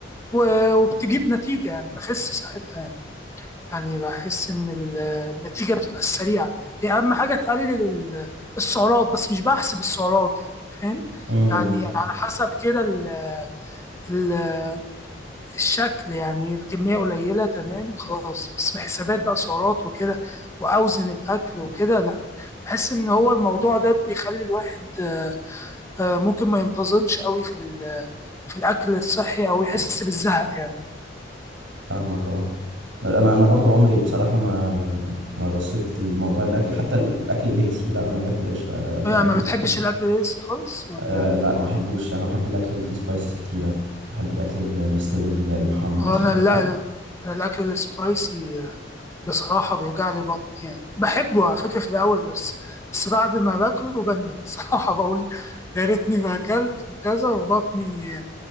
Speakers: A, on the left (about 15°); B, on the right (about 85°).
A: و- وبتجيب نتيجه يعني بخس ساعتها يعني يعني بحس ان ال- النتيجه بتبقى سريعه هي اهم حاجه تقلل ال- السعرات بس مش بحسب السعرات يعني فاهم
B: امم
A: يعني على حسب كده ال- ال- الشكل يعني الكميه قليله تمام خلاص بس في حسابات بقى سعرات وكده واوزن الاكل وكده بحس ان هو الموضوع ده بيخلي الواحد آه، ممكن ما ينتظمش قوي في ال- في الاكل الصحي او يحس بالزهق يعني
B: فاهمك اه انا انا برضو عمري بصراحة ما ما بصيت لموضوع الاكل حتى الاكل الهيلثي لا انا باكل قشطة ب-
A: آه، يعني
B: بدوس
A: ما بتحبش
B: اي حاجة
A: الاكل الهيلثي خالص ولا
B: أه لا ما بحبوش انا بحب الاكل اللي فيه سبايسز كتيرة بحب الاكل المستوي المحمر
A: آه،
B: الحاجات
A: انا لا
B: دي
A: أنا الاكل السبايسي آه، بصراحة بيوجع لي بطني يعني بحبه على فكرة في الاول بس بس بعد ما باكله بندم بصراحة <laughs> بقول يا ريتني ما اكلت وكذا وبطني